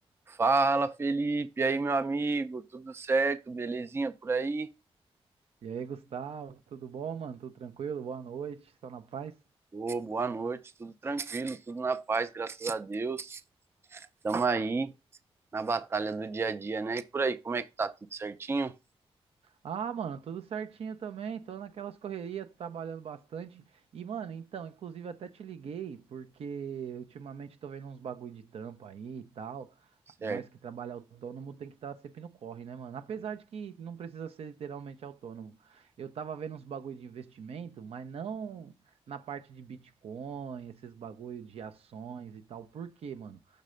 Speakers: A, on the right; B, on the right.
A: Fala, Felipe, e aí, meu amigo, tudo certo? Belezinha por aí?
B: E aí, Gustavo, tudo bom, mano? Tudo tranquilo? Boa noite, só na paz?
A: Ô, boa noite, tudo tranquilo, tudo na paz, graças a Deus. Estamos aí na batalha do dia a dia, né? E por aí, como é que tá? Tudo certinho?
B: Ah, mano, tudo certinho também. Tô naquelas correrias, trabalhando bastante. E, mano, então, inclusive até te liguei, porque ultimamente tô vendo uns bagulho de trampo aí e tal.
A: Certo.
B: Nós que trabalha autônomo tem que estar sempre no corre, né, mano? Apesar de que não precisa ser literalmente autônomo. Eu tava vendo uns bagulho de investimento, mas não na parte de Bitcoin, esses bagulho de ações e tal. Por quê, mano?